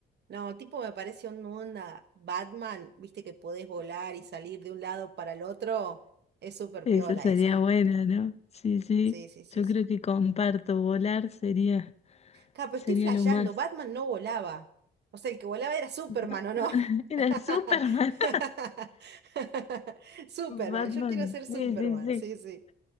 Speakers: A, on the right; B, on the left.
A: No, tipo me parece una onda Batman, viste que podés volar y salir de un lado para el otro. Es súper
B: Esa
A: piola
B: sería
A: esa.
B: buena, ¿no? Sí, sí.
A: Sí, sí, sí,
B: Yo
A: sí.
B: creo que comparto, volar sería,
A: Ja, pero
B: sería
A: estoy flasheando,
B: lo más.
A: Batman no volaba. O sea, el que volaba era Superman,
B: Batman,
A: ¿o no?
B: <laughs> era
A: <laughs>
B: Superman. <laughs>
A: Superman,
B: Batman,
A: yo quiero ser Superman,
B: sí, sí, sí.
A: sí, sí.